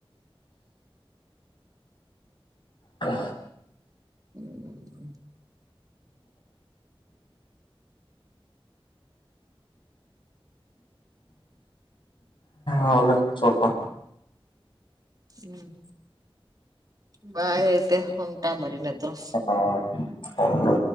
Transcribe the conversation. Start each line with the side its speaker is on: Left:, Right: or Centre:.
Left: క
Right: ఉమ్
Left: ఆవులే చూద్దాం
Right: ఉమ్మ్ బాయ్ అయితే ఉంటామరి నిద్ర వస్తుంది
Left: ఆ ఉండు